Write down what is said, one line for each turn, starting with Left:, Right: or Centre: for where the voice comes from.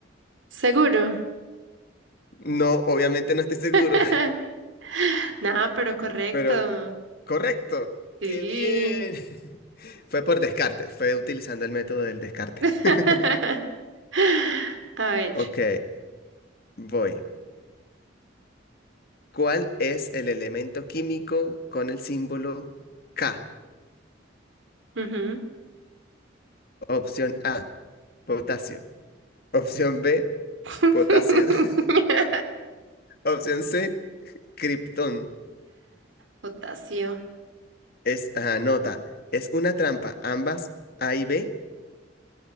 Right: ¿Seguro?
Left: No, obviamente no estoy seguro,
Right: <laughs> No, pero correcto.
Left: <laughs> pero correcto.
Right: Sí.
Left: ¡Qué bien! <laughs> Fue por descarte, fue utilizando el método del descarte.
Right: <laughs>
Left: <laughs>
Right: A ver.
Left: Ok, voy. ¿Cuál es el elemento químico con el símbolo K?
Right: ujú.
Left: Opción A, potasio. Opción B,
Right: <laughs>
Left: potasio. <laughs> Opción C, criptón.
Right: Potasio.
Left: Es, ajá, nota, es una trampa. Ambas, A y B.